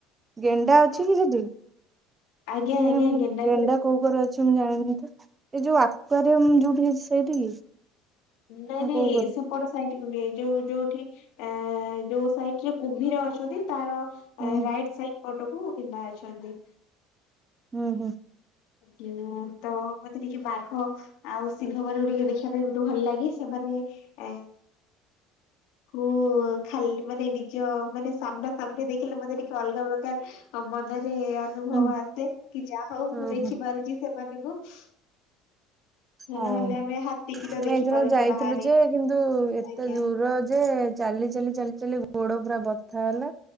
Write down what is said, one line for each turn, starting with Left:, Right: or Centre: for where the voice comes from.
Right: ଗେଣ୍ଡା ଅଛି କି ସେଠି?
Left: ଆଜ୍ଞା
Right: <inaudible>
Left: ଆଜ୍ଞା
Right: ଗେଣ୍ଡା
Left: ବି ଅଛନ୍ତି।
Right: କୋଉ କରେ ଅଛି। ମୁଁ ଜାଣିନି ତ ଏଇ ଯୋଉ ଆକ୍ୱରୀୟମ୍ ଯୋଉଠି ହେଇଛି ସେଇଠି କି?
Left: ନାଇଁ
Right: ନା
Left: ନାଇଁ
Right: କୋଉ କରେ?
Left: ସେ ସେକଡ଼ ସାଇଟୁ ନୁହେଁ। ଯୋଉ ଯୋଉଠି ଏ ଯୋଉ ସାଇଟରେ କୁମ୍ଭୀର ଅଛନ୍ତି ତାର ତାର
Right: ହୁଁ
Left: ରାଇଟ୍ ସାଇଡ ପଟକୁ ପିନ୍ଧା ଅଛନ୍ତି।
Right: ହୁଁ ହୁଁ।
Left: ଆଁ ତ ମତେ ଟିକେ ବାଘ ଆଉ ସିଂହ ମାନଙ୍କୁ ଟିକେ ଦେଖିବା ପାଇଁ ବହୁତ ଭଲ ଲାଗେ। ସେମାନେ ଏ ମୁଁ ଖାଲି ମାନେ ନିଜ ମାନେ ସାମ୍ନସାମ୍ନି ଦେଖିଲେ ମତେ ଟିକେ ଅଲଗା ପ୍ରକାର ଆଉ ମନରେ ଅନୁଭବ
Right: ହୁଁ
Left: ଆସେ କି ଯାହା ହଉ
Right: ହୁଁ
Left: ମୁଁ ଦେଖି
Right: ହୁଁ
Left: ପାରୁଛି ସେମାନଙ୍କୁ। <unintelligible>
Right: ହଁ
Left: ନହେଲେ
Right: ମୁଁ
Left: ଆମେ ହାତୀ କିି ତ ଦେଖି
Right: ଏଇଦିନ
Left: ପାରୁଛେ
Right: ଯାଇଥିଲୁ
Left: ବାହାରେ
Right: ଯେ କିନ୍ତୁ ଏତେ
Left: ଆଜ୍ଞା।
Right: ଦୂର ଯେ ଚାଲି ଚାଲି ଚାଲି ଚାଲି ଗୋଡ ପୁରା ବଥା ହେଲା।